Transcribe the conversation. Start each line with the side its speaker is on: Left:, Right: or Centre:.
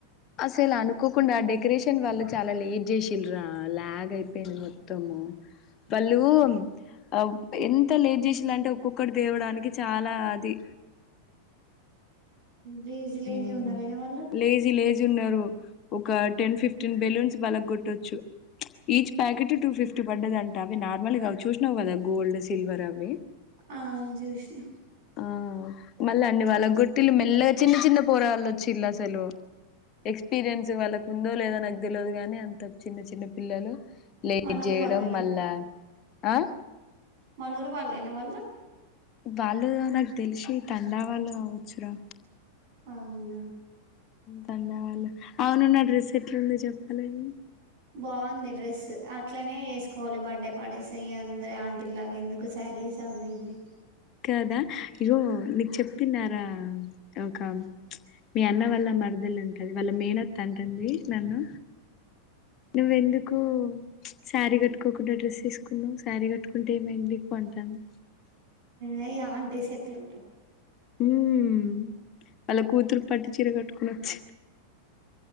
Left: అసల్ అనుకోకుండా డెకొరేషన్ వాళ్లు చాలా లేట్ జెషిల్ ల లాగ్ అయిపోయింద్ మొత్తం మ్మ్ వాళ్ళు అబ్ ఎంత లేట్ జీషిలంటే ఒక్కొక్కట్ దేవడానికి చాలా అది
Right: లేజీ లేజీ
Left: మ్
Right: ఉన్నార ఇగ వాళ్ళు
Left: లేజీ లేజీ ఉన్నారు ఒక టెన్ ఫిఫ్టీన్ బేలూన్స్ వాళ్లగొటొచ్చు ఈచ్ ప్యాకెటు టుఫిఫ్టీ పడ్డదంట అవి నార్మల్ వి కావ్ చూశనావ్ గద గోల్డ్ సిల్వర్ అవి
Right: ఆ చూసిన
Left: ఆ మళ్ళా అన్ని వాళ్ళగోట్టిలు మెల్లగ్ చిన్న చిన్న పోరాగాన్లు ఒచ్చిల్ అసలు ఎక్స్పీరియన్స్ వాళ్ళకు ఉందో లేదా నాక్ తెల్వద్ గాని అంత చిన్న చిన్న పిల్లలు లేట్
Right: మనూరు
Left: జెయడం
Right: వాళ్ళేనా
Left: మల్ల ఆ
Right: మనూరు వాళ్లే నా వాళ్ళు
Left: వాళ్ళు నాకు దేలషి తండా వాళ్ళు కావచ్చు రా
Right: అవునా
Left: తండా వాలా అవును నా డ్రెస్ ఎట్లుంది జెపలేవు
Right: బావుంది డ్రెస్ అట్లనే ఏసుకోవాలి బర్త్డే పార్టీస్ అయ్యి అందర్ ఆంటీ లాగా ఎందుకు సర్ సారీస్ అవి ఇవి
Left: కాదా ఇగో నీక్ చూపిన్నారా ఒక మీ అన్న వాళ్ళ మరదలు ఉంటది వాళ్ళ మేనత్త అంటుంది నన్ను నువ్ ఎందుకు సారీ కట్టుకోకుండా డ్రెస్ ఏసుకున్నావ్ సారీ కట్టుకుంటే ఏమైంద్ నీకు అంటంది
Right: ఏ ఈ అంటిఎస్ ఎట్లుంటర్
Left: మ్ అళ్ళ కూతురు పట్టు చీర కట్టుకొని ఒచ్చింది